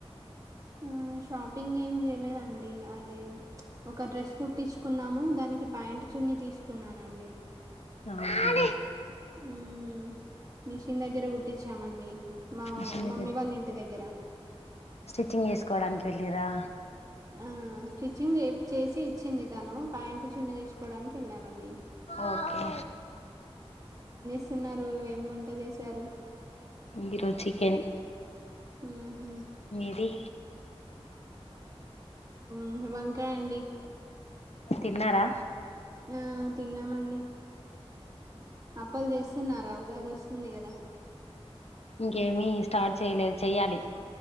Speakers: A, on the right (about 35°); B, on the left (about 85°).
A: మ్మ్ షాపింగ్ ఏమి చేయలేదండి అది ఒక డ్రెస్ కుట్టించుకున్నాము దానికి ప్యాంట్ చున్ని తీసుకున్నానండి
B: అవునా
A: మ్మ్ మిషిన్ దగ్గర కుట్టించామండి మా
B: మిషన్ దగ్గర
A: మమ్మీ వాళ్ళ ఇంటి దగ్గర
B: స్టిచింగ్ చేసుకోవడానికి వెళ్ళిరా
A: ఆ స్టిచ్చింగ్ చెప్-చేసి ఇచ్చింది తను పాంట్ చున్న తెచ్చుకోవడానికి వెళ్ళామండి
B: ఓకే
A: చున్నారు ఏం వంట చేశారు
B: గి రోజు చికెన్
A: మ్మ్ హు
B: మీది
A: ఉమ్ హు వంకాయండి
B: తిన్నారా
A: ఆ తిన్నామండి అప్పాలు చేస్తున్నారా ఉగాది వస్తుంది కదా
B: ఇంకేమి స్టార్ట్ చేయలేదు చెయ్యాలి